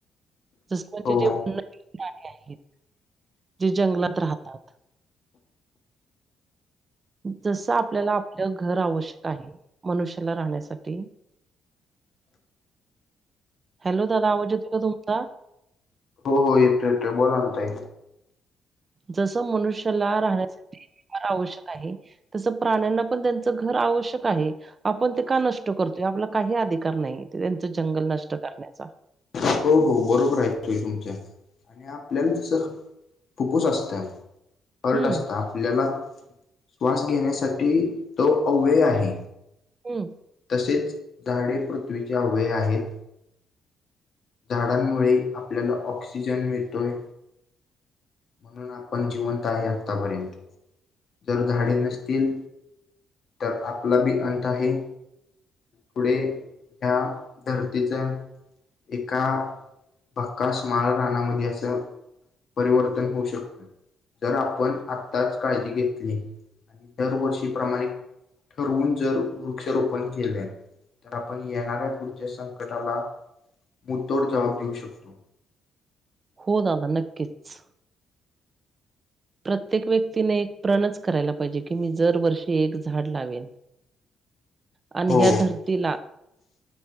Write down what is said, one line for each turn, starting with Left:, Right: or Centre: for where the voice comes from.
Right: जस म्हणजे
Left: हो
Right: जे उन्न प्राणी आहेत जे जंगलात राहतात. जस आपल्याला आपलं घर आवश्यक आहे मनुष्याला राहण्यासाठी.
Left: <inaudible>
Right: हॅलो दादा आवाज येतो का तुमचा?
Left: हो हो येतो येतो बोला ना ताई.
Right: जस मनुष्याला राहण्यासाठी निवार आवश्यक आहे. तसं प्राण्यांना पण त्यांचं घर आवश्यक आहे. आपण ते का नष्ट करतोय आपला काही अधिकार नाही त्यांचं जंगल नष्ट करण्याचा.
Left: हो हो, बरोबर आहे ताई तुमचा आणि आपल्याला जस, फुफूस असतं हर्ट
Right: हं,
Left: असत आपल्याला. श्वास घेण्यासाठी तो अव्यय आहे,
Right: हम्म,
Left: तसेच झाडे पृथ्वीच्या अव्यय आहे. झाडांमुळे आपल्याला ऑक्सिजन मिळतोय, म्हणून आपण जिवंत आहे आत्तापर्यंत. जर झाडे नसतील तर आपला बी अंत आहे. पुढे ह्या धर्तीचा. एका भक्काश माळ रानामध्ये असं, परिवर्तन होऊ शकत जर आपण आत्ताच काळजी घेतली. दरवर्षी प्रामाणिक ठरवून जर वृक्षारोपण केलं, तर आपण येणाऱ्या पुढच्या संकटाला मुतोड जवाब देऊ शकतो.
Right: हो, दादा, नक्कीच. प्रत्येक व्यक्तीने एक प्रणच करायला पाहिजे की, मी जरवर्षी एक झाड लावेन. आणि
Left: हो
Right: ह्या धरतीला